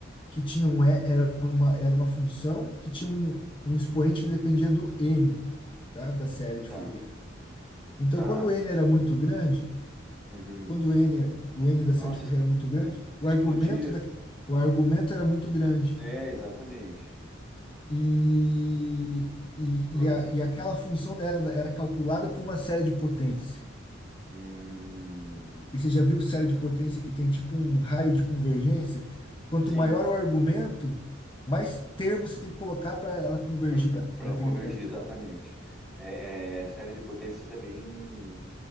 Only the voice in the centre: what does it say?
tá,
tá.
Uhum.
Nossa,
es-
explodia.
É, exatamente.
Expro-
Hum,
Sim,
para
ela convergir,
exatamente.
É, é, série de potências é bem,